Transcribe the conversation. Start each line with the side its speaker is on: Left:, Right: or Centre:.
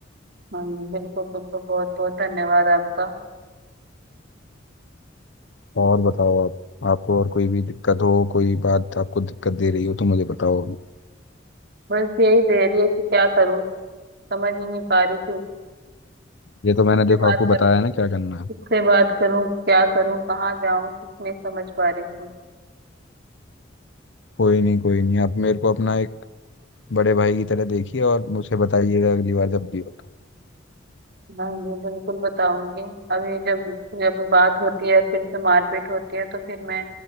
Right: हाँ जी बिल्कुल बिल्कुल बहुत बहुत धन्यवाद आपका
Left: और बताओ आप आपको और कोई भी दिक्कत हो कोई बात आपको दिक्कत दे रही हो तो मुझे बताओ
Right: बस यही दे रही है कि क्या करूं समझ ही नहीं पा रही थी
Left: ये तो मैंने
Right: किससे
Left: देखो
Right: बात
Left: आपको बताया
Right: करूं
Left: ना क्या करना है
Right: किससे बात करूं क्या करूं कहाँ जाऊं कुछ नहीं समझ पा रही थी
Left: कोई नहीं कोई नहीं आप मेरे को अपना एक बड़े भाई की तरह देखिए और मुझे बताइएगा अगली बार जब भी हो तो
Right: हाँ जी बिल्कुल बताऊंगी अभी जब जब बात होती है फिर से मारपीट होती है तो फिर मैं